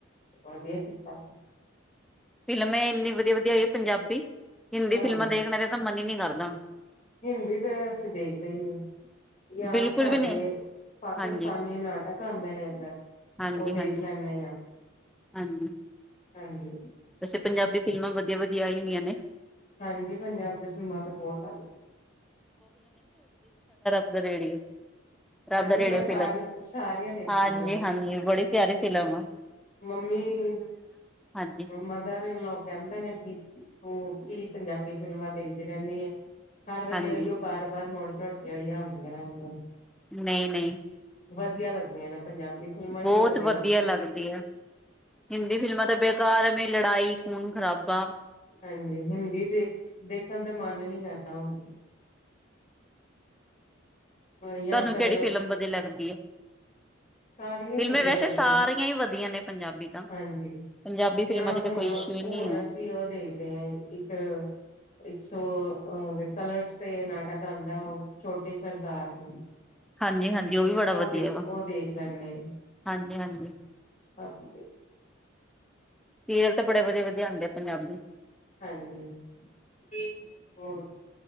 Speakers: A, on the left (about 35°); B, in the centre.
A: ਵਧੀਆ ਕੀਤਾ।
B: ਫ਼ਿਲਮ ਇੰਨੀ ਵਧੀਆ- ਵਧੀਆ ਆਈ, ਪੰਜਾਬੀ। ਹਿੰਦੀ
A: ਹਾਂਜੀ
B: ਫਿਲਮਾਂ ਦੇਖਣੇ ਦਾ ਤਾਂ ਮਨ ਹੀ ਨਹੀਂ ਕਰਦਾ ਹੁਣ
A: ਹਿੰਦੀ ਤਾਂ ਅਸੀਂ ਦੇਖਦੇ ਹੀ ਨਹੀਂ, ਯਾ
B: ਬਿਲਕੁਲ
A: ਸਾਡੇ
B: ਵੀ ਨਹੀਂ
A: ਪਾਕਿਸਤਾਨੀ
B: ਹਾਂਜੀ
A: ਨਾਟਕ ਆਂਦੇ ਨੇ ਏੱਧਰ
B: ਹਾਂਜੀ
A: ਉਹ ਦੇਖ
B: ਹਾਂਜੀ
A: ਲੈਂਦੇ ਹਾਂ।
B: ਹਾਂਜੀ
A: ਹਾਂਜੀ।
B: ਵੈਸੇ, ਪੰਜਾਬੀ ਫਿਲਮਾਂ ਵਧੀਆ-ਵਧੀਆ ਆਈ ਨੀਆ ਨੇ।
A: ਹਾਂਜੀ। ਪੰਜਾਬ ਵਿੱਚ ਤ ਲਮਾਂ ਤੇ ਬਹੁਤ ਆਂ ਦਆਂ
B: ਰੇਡੀ ਹੈ‌ ਰਬ
A: ਹਾਂਜੀ
B: ਦਾ ਰੇਡੀਓ,
A: ਮੈਂ ਸਾਰੀਆਂ
B: ਫਿਲਮ
A: ਸਾਰੀਆਂ ਦੇਖੀ
B: ਹਾਂਜੀ-ਹਾਂਜੀ
A: ਦੀਆਂ ਨੇ
B: ਬੜੀ ਪਿਆਰੀ ਲਵਾਂ
A: ਮੰਮੀ।
B: ਹਾਂਜੀ
A: ਮਦਾਰੀਨ ਲੋਕ ਕੈਂਦੇ ਨੇ ਗੀਤ ਤੂੰ ਕੀ, ਪੰਜਾਬੀ ਫ਼ਿਲਮਾਂ ਦੇਖਦੀ ਰਹਿੰਨੀ ਏ। ਕਾਰ ਵੇਲੇ
B: ਹਾਂਜੀ
A: ਏਈਉ ਬਾਰ-ਬਾਰ ਮੋੜ ਝੁੜ ਕੇ ਆਈਆ ਹੁੰਦੀਆਂ ਰੇਂਦੀਆਂ ਨੇ।
B: ਨਹੀਂ, ਨਹੀਂ।
A: ਵਧੀਆ ਲੱਗਦੀਆਂ ਨੇ। ਪੰਜਾਬੀ ਫਿਲਮਾਂ ਹੀ,
B: ਬਹੁਤ
A: ਵਧੀਆ ਲੱਗਦੀਆਂ
B: ਲੱਗਦੀ
A: ਨੇਂ।
B: ਆ ਹਿੰਦੀ ਫਿਲਮਾਂ ਦਾ, ਬੇਕਾਰ ਐਵੇਂ ਲੜਾਈ ਖੂਨ- ਖ਼ਰਾਬਾ।
A: ਹਾਂਜੀ। ਹਿੰਦੀ ਦੇਖ-ਦੇਖਣ ਦਾ ਮਨ ਹੀ ਨਹੀਂ ਕਰਦਾ ਹੁਣ। ਜਾਂ
B: ਤੁਹਾਨੂੰ
A: ਫਿਰ
B: ਕਿਹੜੀ ਫਿਲਮ ਵਧੀਆ ਲੱਗਦੀ ਹੈ?
A: ਸਾਰੀਆਂ
B: ਫਿਲਮੇ
A: ਹੀ ਵਧੀਆ
B: ਵੈਸੇ
A: ਲੱਗਦੀਆਂ
B: ਸਾਰੀਆਂ
A: ਨੇ
B: ਹੀ ਵਧੀਆ ਨੇ ਪੰਜਾਬੀ ਤਾਂ
A: ਹਾਂਜੀ
B: ਪੰਜਾਬੀ ਫਿਲਮਾਂ
A: ਯਾਂ
B: ਚ
A: ਹੁਣ,
B: ਤਾਂ ਕੋਈ ਇਸ਼ੂ ਹੀ ਨਹੀਂ
A: ਹੁਣ
B: ਹੈ
A: ਅਸੀਂ ਉਹ ਦੇਖਦੇ ਹ ਇੱਕ-ਇੱਕ ਸੌ ਓਹ ਕਲਰਸ ਤੇ, ਨਾਟਕ ਆਂਦਾ ਉਹ ਛੋਟੀ ਸਰਦਾਰਨੀ।
B: ਹਾਂਜੀ-ਹਾਂਜੀ, ਉਹ ਵੀ ਬੜਾ ਵਧੀਆ
A: ਦੇ
B: ਵਾ
A: ਉਹ ਦੇਖ ਲੈਂਨੇ
B: ਹਾਂਜੀ ਹਾਂਜੀ
A: ਆ ਹਾਂਜੀ।
B: ਸੀਰੀਅਲ ਤੇ ਬੜੇ ਵਧੀਆ ਵਧੀਆ ਆਉਦੇ ਪੰਜਾਬੀ
A: ਹਾਂਜੀ ਹੋਰ